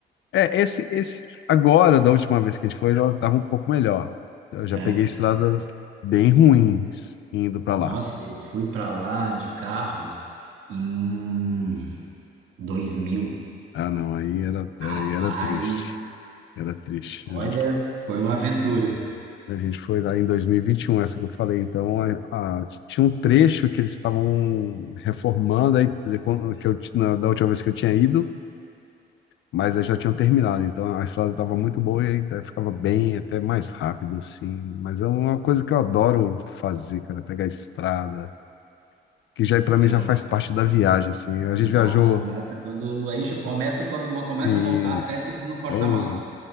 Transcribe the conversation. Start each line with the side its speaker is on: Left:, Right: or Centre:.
Left: É, esse, esse, agora, da última vez que a gente foi, já estava um pouco melhor. Eu já
Right: É.
Left: peguei estradas bem ruins indo para lá.
Right: Nossa, eu fui para lá de carro em 2000.
Left: Ah, não, aí era, era,
Right: Rapaz,
Left: aí era triste. Era triste.
Right: olha,
Left: A gente,
Right: foi uma aventura.
Left: a gente foi lá em 2021, essa que eu falei. Então, a- a- tinha um trecho que eles estavam reformando, aí, quer dizer, quando- que eu, ti- na- da última vez que eu tinha ido, mas aí já tinham terminado. Então, a estrada estava muito boa e aí, até ficava bem, até mais rápido, assim. Mas é uma coisa que eu adoro fazer, cara, pegar a estrada que já para mim
Right: Eu
Left: já
Right: gosto
Left: faz parte
Right: bastante.
Left: da viagem, assim. A gente
Right: Exato.
Left: viajou
Right: Começa quando enche, começo quando mo- começa
Left: e
Right: a montar Tetris no porta-mala.
Left: pô,